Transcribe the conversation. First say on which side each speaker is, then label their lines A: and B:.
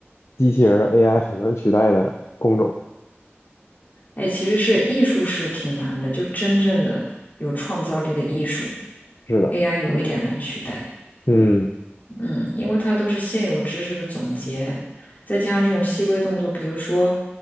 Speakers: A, on the left; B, on the left.
A: 机器人 AI 很难取代的工种。
B: 哎，其实是艺术是挺难的，就真正的有创造力的艺术
A: 是的，
B: ，AI 有一点难取代。
A: 嗯
B: 嗯，因为它都是现有知识的总结，再加上这种细微动作，比如说